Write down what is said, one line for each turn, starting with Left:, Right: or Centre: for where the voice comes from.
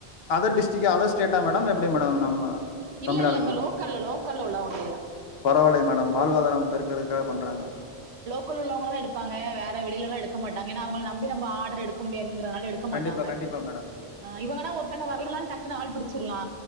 Left: அதர் டிஸ்டிக் அதர் ஸ்டோ மேடம் எப்பிடி மேடம் நம்ம
Right: இல்ல
Left: தமிழ்நாடு
Right: இல்லங்க லோக்கல்ல லோக்கல்ல உள்ளவங்களே தான்
Left: பரவாயில்லை மேட வாழ்வாதாரம் பெருக்கிறதுக்காக பண்றாங்க
Right: க்கு உள்ளவங்களதா எடுப்பாங்க வேற வெளியல்ல எல்லா எடுக்க மாட்டாங்க ஏன்னா அவுங்க நம்பி நம ஆர்டர் எடுக்க முடியா ங்கனால எடுக்க
Left: கண்டிப்பா
Right: மாட்டாங்க
Left: கண்டிப்பா மேடம்
Right: ஆ இவுங்கா ஒருத்தங்க வரலனா டக்குன்ன ஆள் புடிச்சிலா